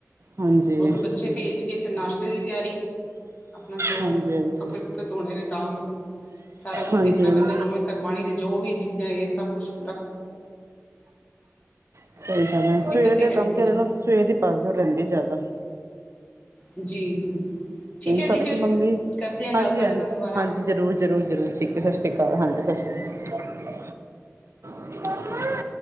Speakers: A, on the right (about 60°); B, on the left (about 30°).
A: ਹਾਂਜੀ
B: ਉਧਰੋਂ ਬੱਚੇ ਭੇਜ ਕੇ ਫਿਰ ਨਾਸ਼ਤੇ ਦੀ ਤਿਆਰੀ। ਆਪਣਾ ਜੋ
A: ਹਾਂਜੀ ਹਾਂਜੀ
B: ਕੱਪੜੇ ਕੁਪੜੇ ਧੋਣੇ ਨੇ ਤਾਂ ਵੀ ਸਾਰਾ ਕੁਛ
A: ਹਾਂਜੀ
B: ਦੇਖਣਾ
A: ਹਾਂਜੀ
B: ਪੈਂਦਾ। ਹੁਣ ਅੱਜ ਤੱਕ ਪਾਣੀ ਦੀ ਜੋ ਵੀ ਚੀਜ਼ਾਂ ਆਇਆ ਸੀ ਸਭ ਕੁਛ
A: ਸਈ ਗੱਲ ਐ ਸਵੇਰ
B: ਦਿੱਕਤ ਤੇ
A: ਦੇ
B: ਹੈਗੀ
A: ਕੰਮ ਕਰੋ
B: ਹੈ
A: ਨਾ। ਸਵੇਰ ਦੀ ਭੱਜ ਦੌੜ ਰਹਿੰਦੀ ਜ਼ਿਆਦਾ।
B: ਜੀ, ਜੀ, ਜੀ ਠੀਕ ਹੈ
A: ਸਾਡੇ
B: ਜੀ ਫਿਰ
A: ਕੀ ਮੰਮੀ
B: ਕਰਦੇ ਹਾਂ ਗੱਲ
A: ਹਾਂਜੀ
B: ਤੁਹਾਡੇ
A: ਹਾਂਜੀ,
B: ਨਾਲ ਦੁਬਾਰਾ
A: ਹਾਂਜੀ ਜ਼ਰੂਰ ਜ਼ਰੂਰ ਜ਼ਰੂਰ ਠੀਕ ਐ ਸਤਿ ਸ਼੍ਰੀ ਅਕਾਲ ਹਾਂਜੀ ਸਤਿ ਸ਼੍ਰੀ ਅਕਾਲ। <unintelligible>